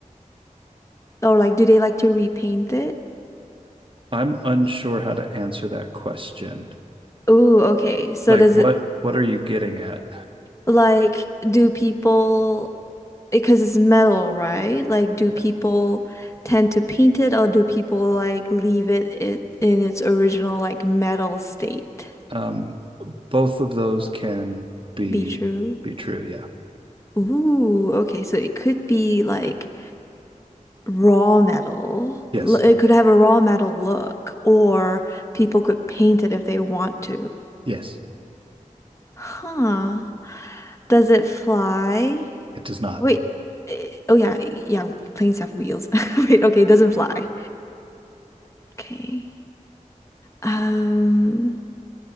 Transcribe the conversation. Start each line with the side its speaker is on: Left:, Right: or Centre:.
Left: Or like do they like to repaint it?
Right: I'm unsure how to answer that question.
Left: Ooh, okay. So
Right: Like
Left: does
Right: what
Left: it
Right: what are you getting at?
Left: like do people because it's metal, right? Like do
Right: Yeah.
Left: people tend to paint it or do people like leave it, it in its original like metal state?
Right: Um, both of those can be
Left: Be true.
Right: be true. Yeah.
Left: Ooh, okay. So it could be like raw metal.
Right: Yes.
Left: L- It could have a raw metal look, or people could paint it if they want to.
Right: Yes.
Left: Huh. Does it fly?
Right: It does not.
Left: Wait. eh, Oh yeah, yeah, planes have wheels. <laughs> Wait, okay, it doesn't fly. Okay. Um,